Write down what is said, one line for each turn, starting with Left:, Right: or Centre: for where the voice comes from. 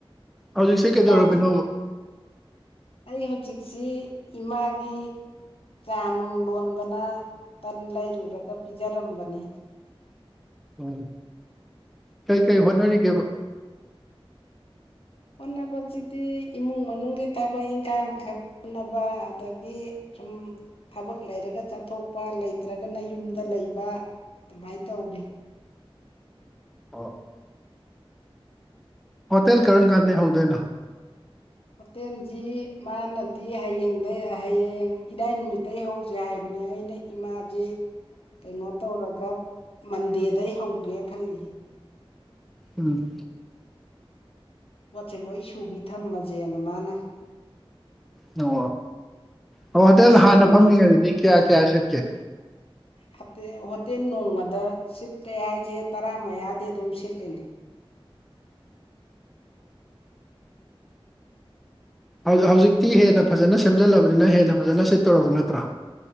Centre: ꯍꯧꯖꯤꯛꯁꯦ
Left: ꯗꯨꯀꯥꯟ
Centre: ꯀꯩꯗꯧꯔꯝꯃꯤꯅꯣꯕ
Left: <inaudible> ꯑꯩ ꯍꯧꯖꯤꯛꯁꯤ ꯏꯃꯥꯒꯤ ꯆꯥ ꯅꯨꯡ ꯂꯣꯟꯗꯅ ꯇꯟ ꯂꯩꯔꯨꯔꯒ ꯄꯤꯖꯔꯝꯕꯅꯦ
Centre: ꯎꯝ ꯀꯩ ꯀꯩ ꯍꯣꯠꯅꯔꯤꯒꯦꯕ
Left: ꯍꯣꯠꯅꯕꯆꯤꯗꯤ ꯏꯃꯨꯡ ꯃꯅꯨꯡꯒꯤ ꯊꯕꯛ ꯏꯪꯈꯥꯡ <unintelligible> ꯑꯗꯒꯤ ꯁꯨꯝ ꯊꯕꯛ ꯂꯩꯔꯒ ꯆꯠꯊꯣꯛꯄ ꯂꯩꯇ꯭ꯔꯒꯅ ꯌꯨꯝꯗ ꯂꯩꯕ ꯑꯃꯥꯏ ꯇꯧꯔꯤ
Centre: ꯑꫭ ꯍꯣꯇꯦꯜ ꯀꯔꯝꯀꯥꯟꯗꯩ ꯍꯧꯗꯣꯏꯅꯣ
Left: ꯍꯣꯇꯦꯟꯖꯤ ꯃꯥꯅꯗꯤ ꯍꯌꯦꯡꯗꯩ ꯍꯌꯦꯡ ꯏꯔꯥꯏ ꯅꯨꯃꯤꯠꯇꯩ ꯍꯧꯖꯦ ꯍꯥꯏꯕꯅꯦ ꯑꯩꯅ ꯏꯃꯥꯥꯖꯤ ꯀꯩꯅꯣ ꯇꯧꯔꯒ ꯃꯟꯗꯦꯗꯩ ꯍꯧꯒꯦ ꯈꯜꯂꯤꯌꯦ
Centre: ꯎꯝ
Left: ꯄꫭꯠꯆꯦ ꯂꯣꯏ ꯁꯨꯕꯤ ꯊꯝꯃꯖꯦꯅ ꯃꯥꯅ
Centre: ꯅꯣ ꯑꯣ ꯍꯣꯇꯦꯜ
Left: ꯑꯦꯁꯤꯌꯥꯟꯒꯤ
Centre: ꯍꯥꯟꯅ ꯐꯝꯃꯤꯉꯩꯗꯗꯤ ꯀꯌꯥ ꯀꯌꯥ ꯁꯤꯠꯀꯦ
Left: ꯍꯇꯦ ꯍꯣꯇꯦꯟ ꯅꯣꯡꯃꯗ ꯁꯤꯠꯇꯦ ꯍꯥꯏꯆꯦ ꯇꯔꯥ ꯃꯌꯥꯗꯤ ꯑꯗꯨꯝ ꯁꯤꯠꯂꯤꯅꯤ
Centre: ꯍꯧ ꯍꯧꯖꯤꯛꯇꯤ ꯍꯦꯟꯅ ꯐꯖꯅ ꯁꯦꯝꯖꯜꯂꯕꯅꯤꯅ ꯍꯦꯟꯅ ꯐꯖꯅ ꯁꯤꯠꯇꯧꯔꯕ ꯅꯠꯇ꯭ꯔ